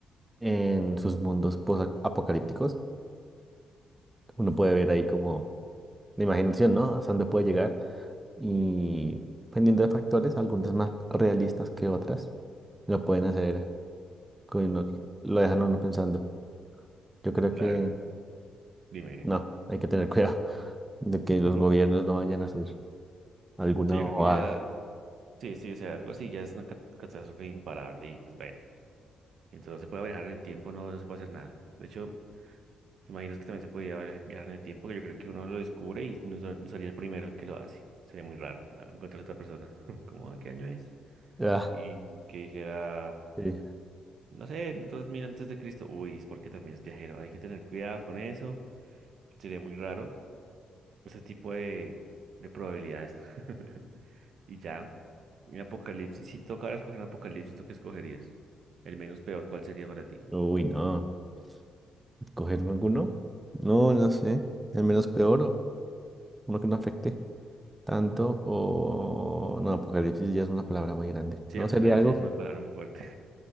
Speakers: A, on the right; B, on the right.
A: en sus mundos apocalípticos. Uno puede ver ahí como la imaginación, ¿no? Hasta dónde puede llegar y dependiendo de factores, algunas más realistas que otras, lo pueden hacer que uno- lo dejan a uno pensando. Yo creo
B: La,
A: que
B: dime.
A: no, hay que tener cuidado <laughs> de que
B: <laughs>
A: los gobiernos no vayan a hacer alguna
B: Sí, yo
A: bobada.
B: creo que ya. Sí, sí, o sea, algo así ya es una cat- catástrofe imparable y pues bueno, entonces no se puede viajar en el tiempo, no, no se puede hacer nada. De hecho, te imaginas que también se podía via- viajar en el tiempo, que yo creo que uno lo descubre y no, ser- no sería el primero el que lo hace. Sería muy raro ah, encontrar a otra persona. <laughs> ¿Cómo? ¿De qué año es?
A: Ah,
B: Y que dijera,
A: sí.
B: no sé, el 2000 antes de Cristo. Uy, es porque también es viajero, hay que tener cuidado con eso. Sería muy raro ese tipo de, de probabilidades. <laughs> Y ya, un apocalipsis. Si tocara escoger un apocalipsis, ¿tú qué escogerías? El menos peor, ¿cuál sería para ti?
A: Uy, no. ¿Escoger alguno? No, no sé. El menos peor, o uno que no afecte tanto, o... No, apocalipsis ya es una palabra muy grande.
B: Sí,
A: ¿No
B: apocalipsis
A: sería algo?
B: ya es una palabra muy fuerte.